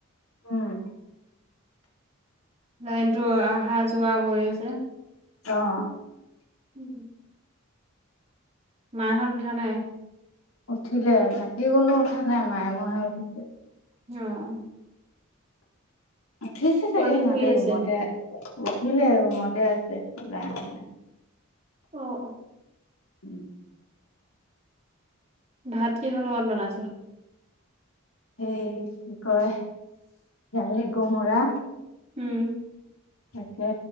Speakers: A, on the left; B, on the right.
A: উম
B: লাইনটো অহা যোৱা কৰি আছে।
A: অ'।
B: উম। মাইহত উঠা নাই?
A: উঠিলে, বাকী কোনো উঠা নাই। মায়ে ময়েহে উঠিছোঁ।
B: অ'।
A: উঠিছে চাগে
B: পোৱালি
A: সিহঁতে
B: শুই আছে।
A: ৰুমতে উঠিলে ৰুমতে আছে। ওলাই আহা নাই।
B: অ'।
A: উম।
B: ভাত কিহৰ লগত বনাইছো?
A: সেই কি কয় জালি কোমোৰা।
B: উম।
A: তাকে,